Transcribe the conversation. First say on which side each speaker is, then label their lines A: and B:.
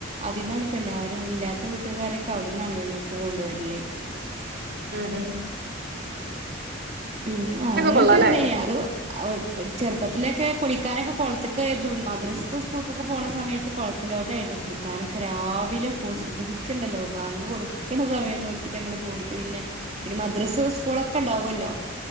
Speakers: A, on the right; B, on the right.
A: അതിന്നാണ് പ്പെല്ലാരും ഇല്ലാത്ത വീട്ട്കാരൊക്കെ അവട് ന്നാണ് വെള്ളൊക്കെ കൊണ്ട് വരല്.
B: ഉം ഉം
A: പിന്നെ ആഹ് അങ്ങനത്തെൊ
B: കൊള്ളാം അല്ലേ
A: ഒരുതനെയ അത് ചെറുപ്പത്തിലൊക്കെ കുളിക്കാനൊക്കെ കുളത്തക്കരുന്നു മദ്രസും സ്കൂൾക്കൊക്കെ പോണ സമയത്ത് കുളത്തിൽ ലോട്ടായിരുന്നു കുളിക്കാനൊക്കെ രാവിലെ പോവും സുബഹിക്ക്ണ്ടല്ലോ ബാങ്ക് കൊട്ക്ക്ണ സമയം നോക്കിട്ട് ഞങ്ങൾ പോ പോയിട്ട് പിന്നെ മദ്രാസ സ്കൂളുക്കേ ഉണ്ടാവല്ലോ